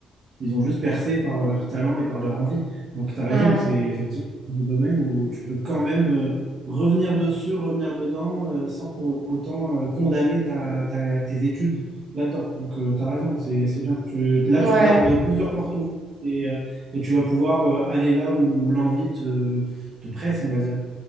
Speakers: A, on the right; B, on the right.
A: ils ont juste percé par leur talent et par leur envie. Donc, tu as raison,
B: Mm,
A: c'est
B: ouais,
A: effectivement un domaine où tu peux quand même euh, revenir dessus, revenir dedans, euh, sans pour autant euh, condamner ta, ta- tes études là-dedans. Donc, tu as raison, c'est, c'est bien. Tu- là,
B: ouais.
A: tu te gardes plusieurs portes ouvertes et, euh, et tu vas pouvoir euh, aller là où l'envie te, te presse, on va dire.